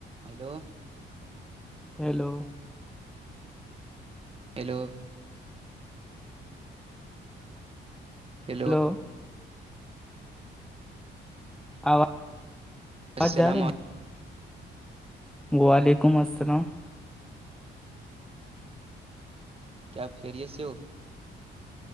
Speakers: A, on the right; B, in the centre.
A: hello
B: hello
A: hello heel <inaudible>
B: تو <unintelligible> آواز
A: السلام
B: آواز جا رہے
A: علیکم
B: ہیں وعلیکم السلام
A: کیا آپ خیریت سے ہو